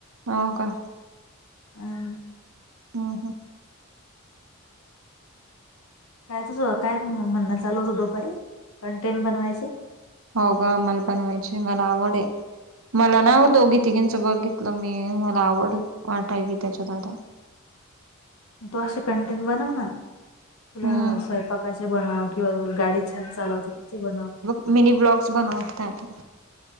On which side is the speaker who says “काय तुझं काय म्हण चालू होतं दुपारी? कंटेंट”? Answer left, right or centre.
Left